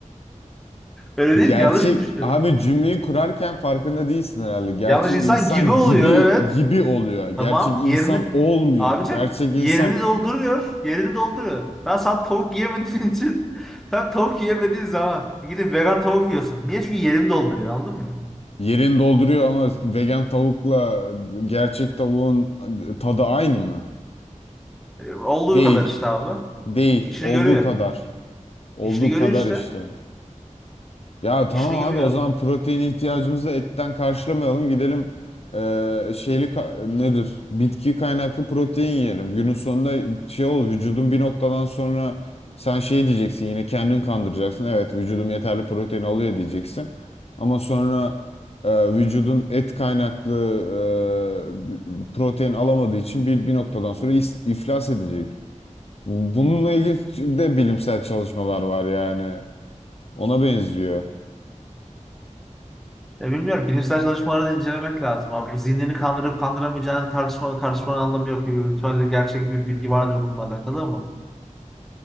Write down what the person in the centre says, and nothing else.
Öyle değil
mi? Yanlış mı düşünüyorum?
Yanlış insan
gibi oluyor
evet.
Tamam.
Yerini
abicim
yerini dolduruyor. Yerini dolduruyor. Ben sen tavuk yiyemediğin için <laughs> sen tavuk yiyemediğin zaman gidip vegan tavuk yiyorsun. Niye? Çünkü yerini dolduruyor anladın mı?
E, olduğu
kadar işte abi.
İşini
görüyor.
İşini görüyor
işte.
İşini görüyor
abi.
Ya bilmiyorum. Bilimsel çalışmaları da incelemek lazım abi. Bu zihnini kandırıp kandıramayacağını tartışma, tartışmanın anlamı yok. gibi. Büyük ihtimalle gerçek bir bilgi vardır bununla alakalı ama.